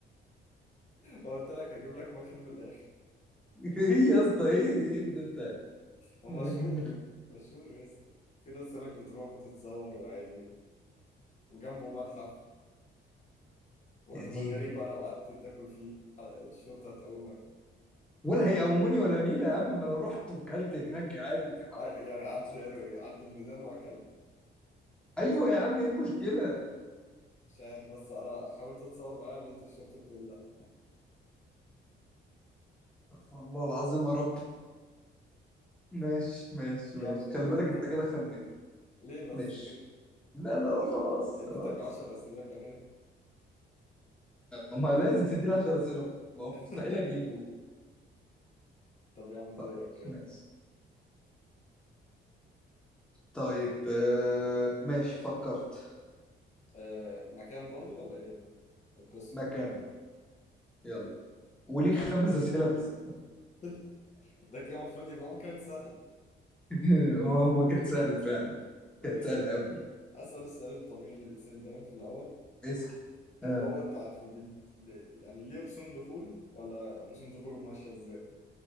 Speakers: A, on the left; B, in the centre.
A: قلت لك هجيب لك مكان من الآخر
B: <laughs> إيه يا اسطى إيه إيه ده ده
A: ومشهور
B: <laughs>
A: مشهور مشهور يا اسطى في ناس هناك بتروح وتتصور وعادي وجنبه متحف وهتبقى
B: يا ديني
A: غريبة لو قعدت تاكل فيه ح- الشرطة هتقومك
B: ولا هيقوموني ولا نيلة يا عم ما أنا رحت وكلت هناك عادي في الرصيف
A: أ- يعني قعدت عند الميدان وأكلت
B: أيوة يا عم إيه المشكلة
A: مش عارف بس أنا حاولت أتصور معاه لقيت الشرطة بتقول لا
B: الله العظيم يا رب ماشي ماشي
A: يا
B: ماشي
A: مفكر
B: خلي بالك
A: أنت
B: أنت
A: فاكر
B: كده خميت
A: ليه بس
B: ماشي
A: كده
B: لا لا لا، خلاص
A: اديتك
B: خلاص
A: عشر أسئلة كمان
B: ما لازم تديني 10 اسئله ما هو
A: <laughs>
B: مستحيل اجيبه
A: طب يا عم دورك
B: طيب
A: يلا
B: ماشي طيب آه، ماشي فكرت
A: أه مكان برضو ولا إيه القصة
B: مكانك يلا وليك
A: مكان
B: خمس اسئله بس
A: <laughs> ده كده المفروض يبقى مكان سهل
B: <laughs> هو هو كانت سهله فعلا
A: ماشي
B: كانت سهله قوي
A: أسأل السؤال الطبيعي اللي بيتسأل دايما في الأول
B: اسال
A: اللي
B: آه.
A: هو انت عارفه بيد... يعني ليه رسوم دخول ولا رسوم دخوله ماشيه ازاي